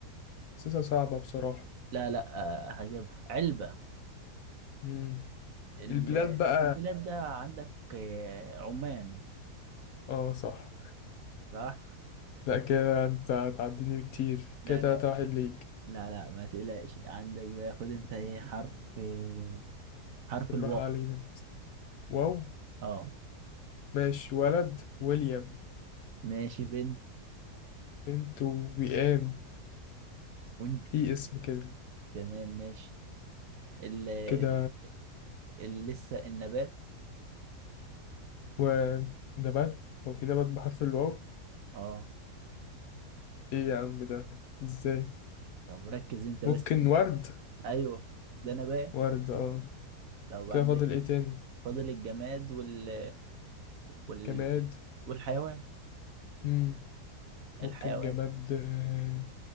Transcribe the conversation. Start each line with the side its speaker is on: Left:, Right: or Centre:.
Left: حاسسها صعبة بصراحة
Right: لا لا آه، هجيبها علبة
Left: مم.
Right: ال-
Left: البلاد بقى
Right: البلاد ده عندك آه، عمان
Left: اه صح
Right: صح؟
Left: <laughs> لا كده انت هتعديني بكتير
Right: لا
Left: كده تلاتة
Right: لا
Left: واحد ليك
Right: لا لا ما تقلقش عندك بقى خد انت ايه حرف آه، حرف
Left: بالراحة
Right: الواو
Left: علينا واو
Right: اه
Left: ماشي ولد ويليام
Right: ماشي بنت
Left: بنت وئام
Right: وانت
Left: في اسم كده
Right: تمام ماشي ال... ال...
Left: كده
Right: ال- لسه النبات
Left: ونبات هو في نبات بحرف الواو
Right: اه
Left: ايه يا عم ده ازاي
Right: طب ركز انت بس
Left: ممكن
Right: كده
Left: ورد
Right: ايوه ده نبات
Left: ورد اه
Right: طب
Left: كده
Right: عندك
Left: فاضل ايه تاني
Right: فاضل الجماد وال... وال...
Left: جماد
Right: والحيوان
Left: مم. ممكن
Right: الحيوان
Left: جماد آه،